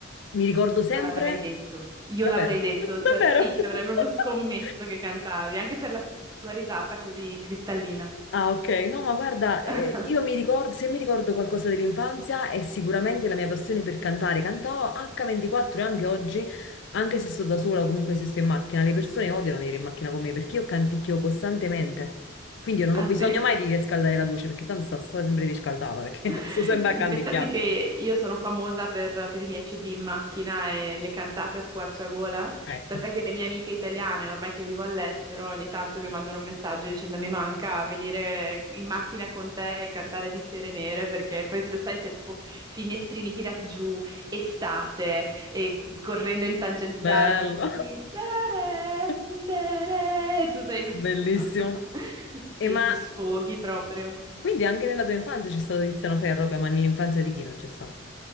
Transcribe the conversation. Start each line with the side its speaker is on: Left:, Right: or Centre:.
Left: Mi ricordo sempre...
Right: io l'avrei detto, io
Left: Davvero?
Right: l'avrei detto,
Left: <laughs> Davvero?
Right: cioè, sì, ci
Left: <laughs>
Right: avrei proprio scommesso che cantavi, anche per la tua risata così cristallina.
Left: Ah, ok. No, ma guarda, eh,
Right: <laughs>
Left: io mi ricordo, se mi ricordo qualcosa dell'infanzia è sicuramente la mia passione per cantare. Cantavo H24 e anche oggi, anche se sto da sola o comunque se sto in macchina, le persone odiano venire in macchina con me perché io canticchio costantemente. Quindi io non
Right: Ah
Left: ho bisogno
Right: sì.
Left: mai di riscaldare la voce perché tanto sta, sta sempre riscaldata perché
Right: <laughs>
Left: <laughs> sto sempre a canticchiare.
Right: Pensate che io sono famosa per, per i miei CD in macchina e le cantate a squarciagola,
Left: Ecco,
Right: tant'è che le mie amiche italiane, ormai che vivo all'estero, ogni tanto mi mandano un messaggio dicendo mi manca venire in macchina con te e cantare di Sere Nere, perché poi se sai c'è tipo finestrini tirati giù, estate, e correndo in tangenziale
Left: bello,
Right: tipo di Sere
Left: <laughs>
Right: Nere, tu sei...
Left: bellissimo.
Right: <laughs> Sì,
Left: E ma
Right: ti sfoghi proprio.
Left: quindi anche nella tua infanzia c'è stato Tiziano Ferro, vabbè, ma nell'infanzia di chi non c'è stato?